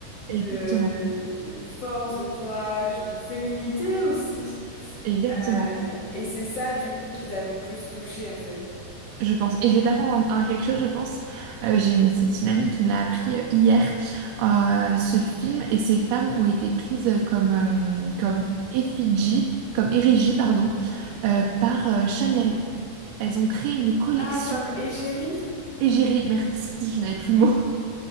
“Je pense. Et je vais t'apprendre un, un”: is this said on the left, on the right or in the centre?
Right